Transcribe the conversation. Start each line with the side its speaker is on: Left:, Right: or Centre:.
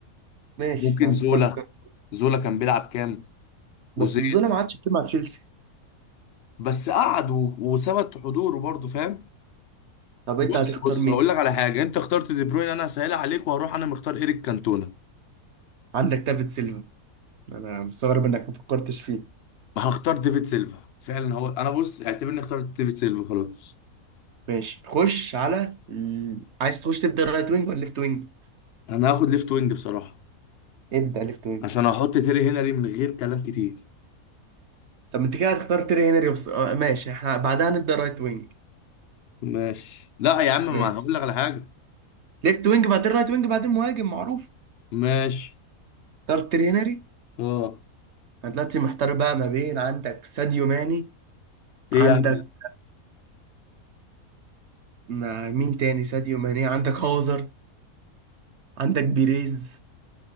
Right: ماشي
Left: ممكن
Right: لو هتختار
Left: زولا
Right: كارت
Left: زولا كان بيلعب كام
Right: بس
Left: وزين
Right: الظلم ما عادش كتير مع تشيلسي
Left: بس قعد و- وثبت حضوره برضه فاهم
Right: طب
Left: بص
Right: انت هتختار
Left: بص
Right: مين
Left: هقول لك على حاجه انت اخترت دي بروين انا هسهلها عليك وهروح انا مختار ايريك كانتونا
Right: عندك دافيد سيلفا انا مستغرب انك ما فكرتش فيه
Left: هختار ديفيد سيلفا فعلا هو انا بص اعتبرني اخترت ديفيد سيلفا خلاص
Right: ماشي خش على ال... عايز تخش تبدا رايت وينج ولا ليفت وينج
Left: انا هاخد ليفت وينج بصراحه
Right: ابدا ليفت وينج
Left: عشان احط تيري هنري من غير كلام كتير
Right: طب ما انت كده هتختار تيري هنري وص... آه ماشي احنا بعدها هنبدا رايت وينج
Left: ماشي لا يا عم
Right: ماشي
Left: ما هقول لك على حاجه
Right: ليفت وينج بعدين رايت وينج بعدين مهاجم معروف
Left: ماشي
Right: اختار تيري هنري
Left: اه
Right: انا دلوقتي محتار بقى ما بين عندك ساديو ماني
Left: ايه
Right: عندك
Left: يا عم
Right: ما مين تاني ساديو ماني عندك هازارد عندك بيريز